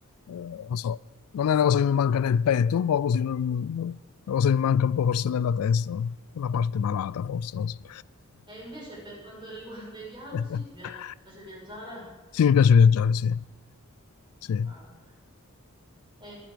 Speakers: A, on the left (about 85°); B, on the right (about 20°).
A: eh, non so, non è una cosa che mi manca nel petto, un po' così, non- non- una cosa che mi manca un po' forse nella testa, una parte malata forse, non so.
B: E invece per quanto riguarda i viaggi,
A: <laughs>
B: ti piace viaggiare?
A: Sì, mi piace viaggiare, sì. Sì.
B: Ah. E